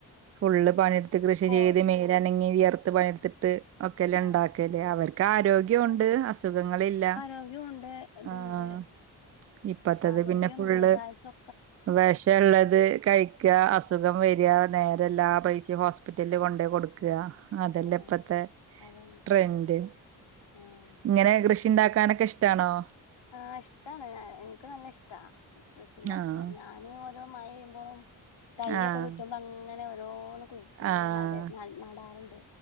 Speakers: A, on the right; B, on the left.
A: ഫുള്ള് പണിയെടുത്ത് കൃഷി
B: കോ
A: ചെയ്ത് മേല് അനങ്ങിവിയർത്ത് പണിയെടുത്ത് ട്ട് ഒക്കെല്ലെ
B: ആഹ്
A: ഇണ്ടാക്കല് അവർക്ക് ആരോഗ്യോണ്ട് അസുഖങ്ങളില്ല.
B: ആരോഗ്യണ്ട് ഇതുണ്ട്
A: ആഹ് ഇപ്പത്തത്
B: ആരോഗ്യം
A: പിന്നെ ഫുള്ള്
B: ദീർഘായുസൊ
A: വെഷള്ളത് കഴ് ക്കാ അസുഖംവെരാ നേരെല്ലാ പൈസിം ഹോസ്പിറ്റലില് കൊണ്ടോയ് കൊട്ക്കാ. അതല്ലേ
B: ആഹ്
A: ഇപ്പത്തെ
B: അതന്നെ
A: ട്രെന്റ്
B: ആഹ്
A: ഇങ്ങനെ കൃഷി ഇണ്ടാക്കാനൊക്കെ ഇഷ്ട്ടാണോ?
B: ആഹ് ഇഷ്ട്ടാണ് ഇൻക്ക് നല്ല ഇഷ്ട്ട കൃഷി ഇണ്ടാക്ക്ണെ
A: ആഹ്
B: ഞാൻ ഇനി ഓരോ മഴയേമ്പോളും തയ്യൊക്കെകിട്ടുമ്പോ
A: ആഹ്
B: അങ്ങനെ ഓരോന്ന് കുയ്ക്കും പിന്നെ
A: ആഹ്
B: നട് നടാറുണ്ട്.